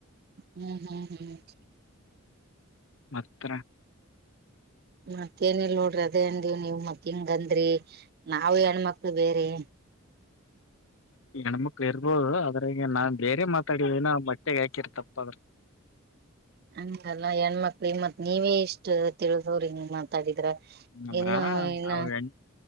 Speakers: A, on the right; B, on the left.
A: ಹ್ಮ್ ಹ್ಮ್ ಹ್ಮ್
B: ಮತ್ತ ಕತ್ರರ
A: ಮತ್ತೇಏನಲ್ ನೋಡ್ರಿ ಅದೇ ಅನ್ಿವವ್ ನೀವ್ ಮತ್ ಹಿಂಗ ಅಂದ್ರಿ ನಾವವು ಹೆಣ್ಮಕ್ಳ ಬೇರೆ <unintelligible>
B: ಹೆಣ್ಮಕ್ಳು ಇರ್ಬೋದು ಅದ್ರ ನಾನ್ ಬೇರೆ ಮಾತಾಡಿದ ನ ಬಟ್ಟೆೆಗೆ ಹಾಕಿರ್ತಪ್ಪ ಅದ್ರ
A: ಹಂಗಲ್ಲ ಹೆಣ್ಮಕ್ಳ ಮತ್ ನೀವೇ ಇಷ್ಟ ತಿಳಿದವ್ರ ಹಿಂಗ ಮಾತಾಡಿದ್ರ
B: ಹ ನಮ್ರಾ
A: ಇನ್ನು ಇನ್ನ
B: ನಾವು ಎನ್